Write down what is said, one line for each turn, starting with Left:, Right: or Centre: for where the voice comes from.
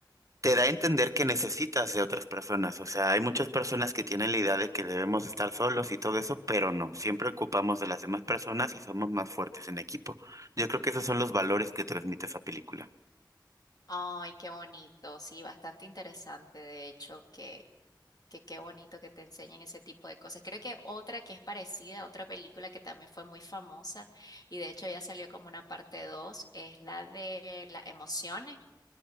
Right: te da a entender que necesitas de otras personas. O sea, hay muchas personas que tienen la idea de que debemos estar solos y todo eso, pero no, siempre ocupamos de las demás personas y somos más fuertes en equipo. Yo creo que esos son los valores que transmite esa película.
Left: Ay, qué bonito, sí, bastante interesante, de hecho, que. que qué bonito que te enseñen ese tipo de cosas. Creo que otra que es parecida, otra película que también fue muy famosa y de hecho ya salió como una parte 2 es la de las emociones,